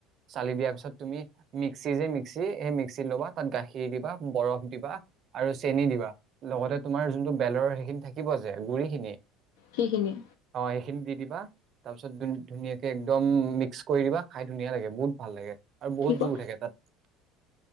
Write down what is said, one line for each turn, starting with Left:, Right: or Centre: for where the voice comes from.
Right: চালি দিয়াৰ পিছত তুমি মিক্সি যে মিক্সি সেই মিক্সিত ল'বা তাত গাখীৰ দিবা, বৰফ দিবা আৰু চেনি দিবা লগতে তোমাৰ যোনটো বেলৰৰ সেইখিনি থাকিব যে গুৰি খিনি
Left: সেইখিনিয়ে
Right: অ, সেইখিনি দি দিবা। তাৰপিছত ধুনীয়াকে একদম মিক্স কৰি দিবা খাই ধুনীয়া লাগে বহুত ভাল লাগে। আৰু বহুত
Left: কি ক
Right: জোৰ থাকে তাত।